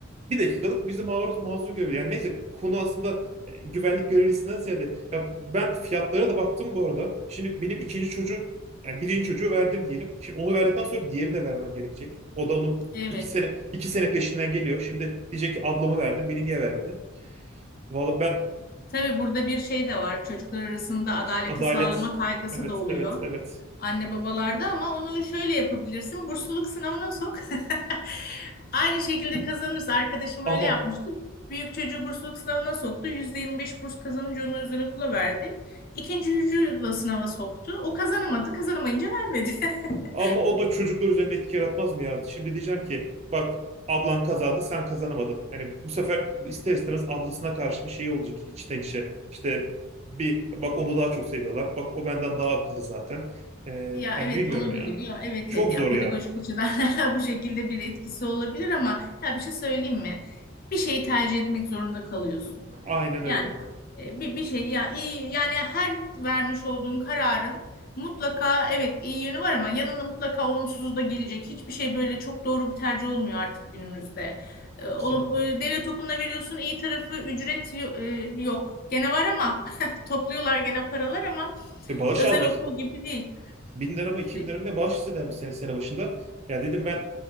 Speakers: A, on the right; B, on the left.
A: bir dakikalık bizi maruz mazur görüyor. Yani neyse konu aslında e, güvenlik görevlisinden ziyade. Ya ben fiyatlara da baktım bu arada. Şimdi benim ikinci çocuk yani birinci çocuğu verdim diyelim. Şimdi onu verdikten sonra diğerini de vermem gerekecek. O da onun
B: Evet.
A: iki sene iki sene peşinden geliyor. Şimdi diyecek ki ablama verdim beni niye vermedin? Vallahi ben
B: Tabii burada bir şey de var. Çocuklar arasında adaleti
A: adalet
B: sağlama kaygısı
A: evet
B: da oluyor.
A: evet evet
B: anne babalarda ama onu şöyle yapabilirsin. Bursluluk sınavına sok. <laughs> Aynı şekilde kazanırsa arkadaşım
A: ama
B: öyle yapmıştı. Büyük çocuğu bursluluk sınavına soktu. %25 burs kazanınca onu özel okula verdi. İkinci çocuğu da sınava soktu. O kazanamadı. Kazanamayınca vermedi. <laughs>
A: Ama o da çocuklar üzerinde etki yaratmaz mı ya? Şimdi diyeceğim ki bak ablan kazandı sen kazanamadın. Hani bu sefer ister istemez ablasına karşı bir şey olacak içten içe. İşte bir bak onu daha çok seviyorlar. Bak o benden daha akıllı zaten. Ee,
B: Ya
A: ya
B: evet
A: bilmiyorum
B: olabilir
A: ya.
B: ya evet
A: Çok
B: evet yani
A: zor
B: pedagojik
A: ya.
B: açıdan <laughs> bu şekilde bir etkisi olabilir ama ya bir şey söyleyeyim mi? Bir şeyi tercih etmek zorunda kalıyorsun.
A: Aynen
B: Yani
A: öyle.
B: e, bir, bir şey ya iyi yani her vermiş olduğun kararın mutlaka evet iyi yönü var ama yanında mutlaka olumsuzu da gelecek. Hiçbir şey böyle çok doğru bir tercih olmuyor artık günümüzde. E, olum,
A: Kesinlikle.
B: e, devlet okuluna veriyorsun iyi tarafı ücret yo- e, yok. Gene var ama <laughs> topluyorlar gene paralar ama
A: Ve bağış
B: özel
A: aldılar.
B: okul gibi değil.
A: Bin lira mı iki
B: E,
A: bin lira mı ne bağış istediler bir sene, sene başında. Ya dedim ben